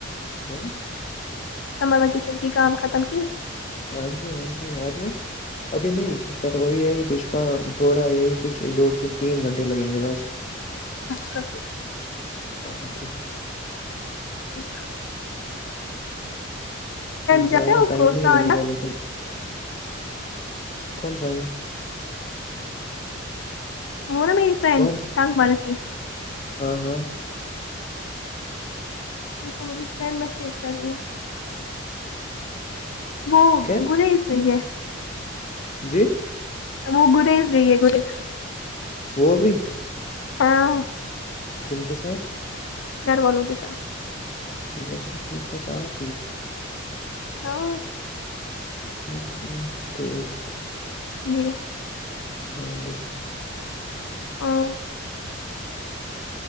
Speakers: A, on the left; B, on the left.
A: ہ
B: سمبر میں کچن کی کام ختم کی
A: ہاں جی ہاں جی آپ نے ابھی نہیںھیک توب ابھی یہی کچھ کا تھوڑا یہی کچھ دو تین گھنٹے لگیں گے بس
B: اچھاچھ
A: ہاں جی
B: ایک جاتے
A: زیادہ
B: ہے اس
A: ٹائم
B: کو
A: نہیں
B: سانیہ،
A: لگے گا لیکن کو سانیے
B: وہونا میری فرینڈ
A: کون
B: تگ مل کی
A: ہاں ہاں
B: میں ف سنڈ میسیج کر یہ وہ
A: کیا
B: گ سوئی ہے
A: جی
B: وہ گریز گئی ہے گریز
A: وہ بھی
B: ہاں
A: کن کے ساتھ
B: گھر والوں کے سر
A: وہتا ٹھیک بس آپ
B: ہاں
A: ہوں ہ ٹھیک
B: جی
A: ہاں جی
B: ہاں